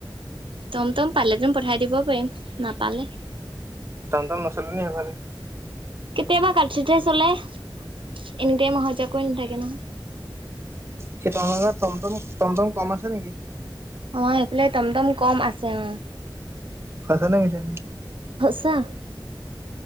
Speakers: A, on the right; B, on the right.
A: তম তম পালেতোন পঠাই দিব পাৰিম, নাপালে।
B: তম তাম নচল হেফালে।
A: কেতিয়াবা কাটছতে চলে এনেটাইম এনি টাইম অহা যোৱা কৰি নাথাকে নহয়।
B: কি তম টমটম টমটম কম আছে নেকি।
A: অ' এইফালে টমটম কম আছে অ'।
B: সঁচা নে মিছা?
A: সঁচা।